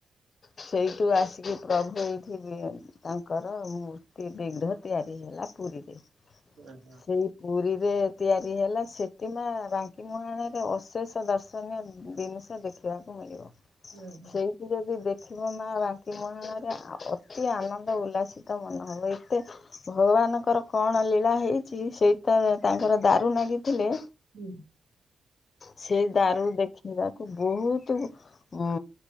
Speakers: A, on the left; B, on the right.
A: ସେଇଠୁ ଆସିକି ପ୍ରଭୁ ଏଇଠି ତାଙ୍କର ମୂର୍ତ୍ତି ବିଘ୍ର ତିଆରି ହେଲା ପୁରୀରେ।
B: ଓ ହୋ।
A: ସେଇ ପୁରୀରେ ତିଆରି ହେଲା ସେଠୀ ମା ବାଙ୍କିମୁଁହାଣରେ ଅଶେଷ ଦର୍ଶନୀୟ ଜିନିଷ ଦେଖ। କିବାକୁ ମିଳିବ।
B: ହୁଁ ହୁଁ।
A: ସେଇଠି ଯଦି ଦେଖିବ ମା ବାଙ୍କି ମୁଁହାଣରେ ଅତି ଆନନ୍ଦ ଉଲ୍ଲାସିତ ମନେ ହବ ଏତେ। ଭଗବାନଙ୍କର କଣ ଲୀଳା ହେଇଛି ସେଇଟ ତାଙ୍କର ଦାରୁ ନାଗିଥିଲେ।
B: ହୁଁ।
A: ସେଇ ଦାରୁ ଦେଖିବାକୁ ବହୁତୁ, ଉଁ।